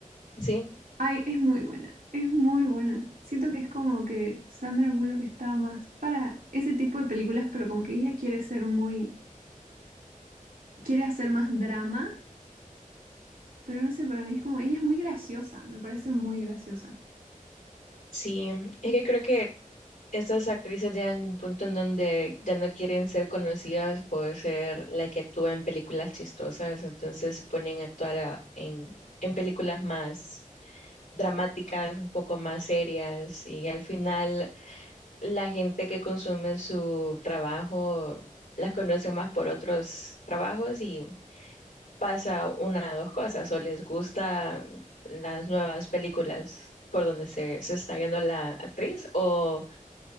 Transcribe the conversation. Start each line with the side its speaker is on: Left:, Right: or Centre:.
Left: sí
Right: Ay, es muy buena, es muy buena. Siento que es como que Sandra Bullock está más para ese tipo de películas, pero como que ella quiere ser muy, quiere hacer más drama, pero no sé, para mí es como, ella es muy graciosa, me parece muy graciosa.
Left: Sí, es que creo que estas actrices llegan a un punto en donde ya no quieren ser conocidas por ser la que actúa en películas chistosas, entonces se ponen a actuar a- en, en películas más dramáticas, un poco más serias, y al final la gente que consume su trabajo las conoce más por otros trabajos y pasa una de dos cosas, o les gustan las nuevas películas por donde se, se está yendo la actriz, o,